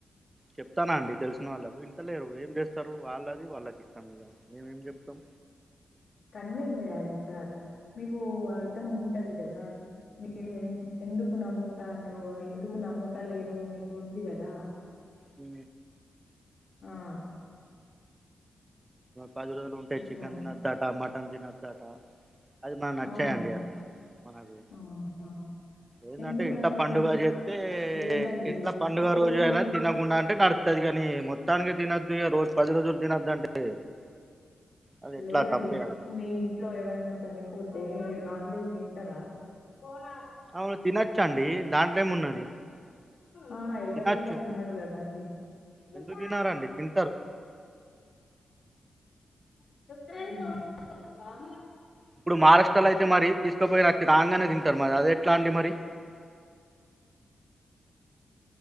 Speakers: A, on the right; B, on the left.
A: చెప్తానా అండి తెలిసిన వాళ్ళకు వింటలేరు ఏం చేస్తారు వాళ్ళది వాళ్ళకి ఇస్తాం ఇగ మేమేం చెప్తాం.
B: కన్విన్స్ చేయాలి సార్ మీకు అర్ధం ఉంటది కదా మీరు ఎ ఎందుకు నమ్ముతాండ్రో ఎందుకు నమ్ముత లేరు మీకు ఉంది గదా
A: అ
B: ఆ
A: పది రోజులు ఉంటాయి
B: అట్లా
A: చికెన్
B: అని
A: తినొద్దట మటన్ తినొద్దాట అది మనక్ నచ్చాయండి
B: అవునా
A: అట్లా మనది
B: ఆ ఆ
A: ఏందంటే
B: ఎందుకు
A: ఇంట్ల
B: అట్లా
A: పండుగ
B: మరి
A: చెప్తే
B: లేదండి
A: ఇంట్ల పండుగ
B: ఇప్పుడు
A: రోజు అయినా
B: మీ
A: తినకుండా అంటే నడు తదిగని మొత్తానికి దినద్దు ఇగ రోజ పది రోజులు తినొద్దు అంటే అది ఎట్లా
B: లేదండి
A: తప్పే
B: ఇప్పుడు
A: అది
B: మీ ఇంట్లో ఎవరైనా చనిపోతే మీరు నాన్ వెజ్ తింటరా పోనాడు
A: అవును తినొచ్చండి దాంట్లో ఏమున్నది
B: ఆ ఎవ్వరు
A: తినొచ్చు
B: ఇంకా తినరు కదండి అవ్వ
A: ఎందుకు తినరండి తింటరు
B: <inaudible>
A: ఇప్పుడు మహారాష్ట్రలో అయితే మరి తీస్ పోయే అచ్చి రాంగానే తింటరు మరి అది ఎట్లా అండి మరి